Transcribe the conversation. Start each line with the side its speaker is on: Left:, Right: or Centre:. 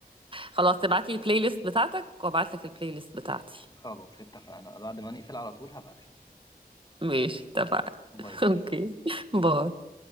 Right: خلاص تبعت لي البلاي ليست بتاعتك وابعت لك البلاي ليست بتاعتي
Left: خلاص اتفقنا بعد ما نقفل على طول هبعتها
Right: ماشي اتفقنا <laughs>
Left: باي
Right: اوكي
Left: باي.
Right: باي